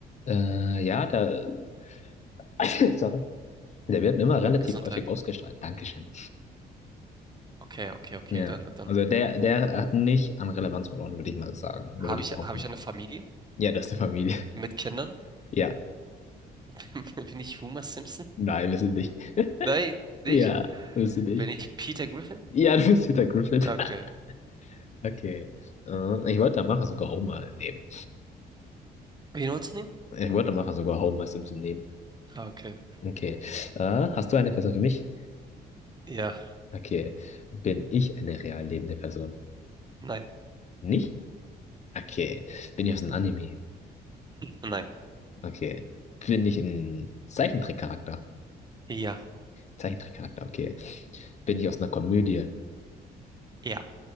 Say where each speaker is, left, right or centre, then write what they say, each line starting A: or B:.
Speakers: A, on the left; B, on the right.
A: Äh, ja, da. <laughs> <coughs> Sorry. Der wird immer relativ
B: Gesundheit.
A: häufig ausgestrahlt. Dankeschön.
B: Okay, okay, okay.
A: Ja.
B: Dann, dann
A: Also der, der hat nicht an Relevanz verloren, würde ich mal sagen. Oder
B: habe
A: würde ich
B: ich,
A: behaupten.
B: habe ich eine Familie
A: Ja, du hast eine Familie. <laughs>
B: mit Kindern?
A: Ja.
B: <laughs> Bin ich Homer Simpson?
A: Nein, bist du nicht.
B: Nein, nicht?
A: Ja, bist du nicht.
B: Bin ich Peter Griffin?
A: Ja, du bist Peter Griffin.
B: Okay.
A: <laughs> Okay. Äh, ich wollte am Anfang sogar Homer nehmen.
B: Wen wolltest du nehmen?
A: Ich wollte am Anfang sogar Homer Simpson nehmen.
B: Okay.
A: Okay. Äh, hast du eine Person für mich?
B: Ja,
A: Okay. Bin ich eine real lebende Person?
B: nein.
A: Nicht? Okay. Bin ich aus einem Anime?
B: Nein.
A: Okay. Bin ich ein Zeichentrickcharakter?
B: Ja.
A: Zeichentrickcharakter, okay. Bin ich aus einer Komödie?
B: Ja.